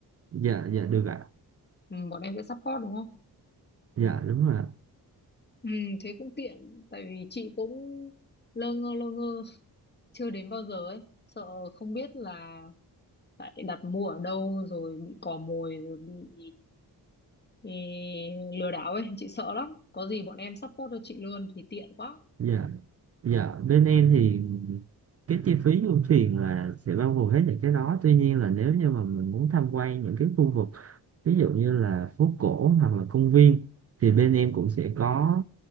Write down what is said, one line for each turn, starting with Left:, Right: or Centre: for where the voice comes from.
Right: dạ dạ được ạ
Left: Ừ, bọn em sẽ support đúng không?
Right: dạ đúng rồi ạ
Left: Ừ, thế cũng tiện tại vì chị cũng lơ ngơ lơ ngơ <laughs> chưa đến bao giờ ấy, sợ không biết là lại đặt mua ở đâu rồi bị cò mồi rồi bị ê, lừa đảo ấy, chị sợ lắm. Có gì bọn em support cho chị luôn thì tiện quá.
Right: dạ dạ bên em thì cái chi phí du thuyền là sẽ bao gồm hết những cái đó tuy nhiên là nếu như mà mình muốn tham quan những cái khu vực ví dụ như là phố cổ hoặc là công viên thì bên em cũng sẽ có